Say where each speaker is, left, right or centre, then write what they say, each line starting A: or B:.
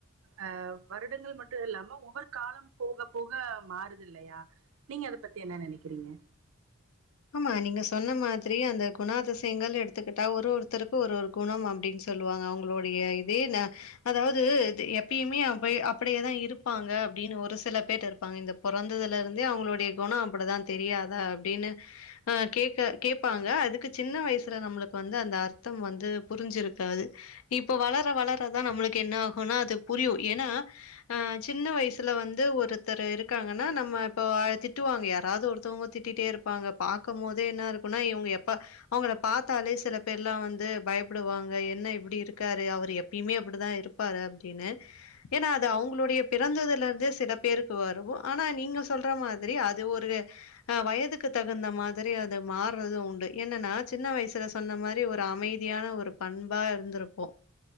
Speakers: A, on the right; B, on the left.
A: ஆஹ் வருடங்கள் மட்டும் இல்லாம ஒவ்வொரு காலம் போக போக மாறுது இல்லையா நீங்க அதை பத்தி என்ன நினைக்கிறீங்க
B: ஆமா நீங்க சொன்ன மாதிரி அந்த குணாதிசயங்கள் எடுத்துக்கிட்டா ஒரு ஒருத்தருக்கு ஒரு ஒரு குணம் அப்படின்னு சொல்லுவாங்க அவங்களுடைய இதே ந அதாவது இது எப்பயுமே அப்ப்-அப்படியே தான் இருப்பாங்க அப்படின்னு ஒரு சில பேர் இருப்பாங்க இந்த பிறந்ததுல இருந்தே அவங்களுடைய குணம் அப்படிதான் தெரியாத அப்படின்னு கேட்க-கேட்பாங்க அதுக்கு சின்ன வயசுல நம்மளுக்கு வந்து அந்த அர்த்தம் வந்து புரிஞ்சிருக்காது இப்ப வளர வளரதான் நம்மளுக்கு என்ன ஆகும்னா அது புரியும் ஏன்னா ஆஹ் சின்ன வயசுல வந்து ஒருத்தர் இருக்காங்கன்னா நம்ம இப்ப திட்டுவாங்க யாராவது ஒருத்தவங்க திட்டிட்டே இருப்ப பாக்கும் போதே என்ன இருக்குனா இங்க எப்ப அவங்க பாத்தாலே சில பேர்ல்லாம் வந்து பயப்படுவாங்க என்ன இப்டி இருக்காரு அவர் எப்பயுமே அப்படிதான் இருப்பாரு அப்டின்னு ஏன்னா அது அவங்களுடைய பிறந்ததுல இருந்தே சில பேருக்குவோ ஆனா நீங்க சொல்ற மாதிரி அது ஒரு வயதுக்கு க்கு தகுந்த மாதிரி அது மாறுறதும் உண்டு என்னன்னா சின்ன வயசுல சொன்ன மாதிரி ஒரு அமைதியான ஒரு பண்பா இருந்திருப்போம்